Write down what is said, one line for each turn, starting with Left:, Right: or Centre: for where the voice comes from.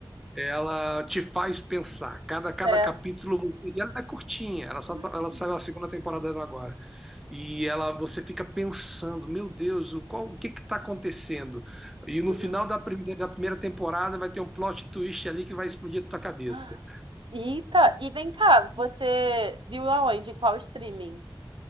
Centre: ela te faz pensar. Cada, cada
Right: É.
Centre: capítulo, você- e ela é curtinha, ela só
Right: Hum.
Centre: tá- ela saiu a segunda temporada dela agora. E ela você fica pensando, meu Deus, o qual o que que está acontecendo? E no
Right: Uhum.
Centre: final da primeira, da primeira temporada vai ter um plot twist ali que vai explodir a tua cabeça.
Right: Ah, Eita, e vem cá, você viu aonde? Em Qual streaming?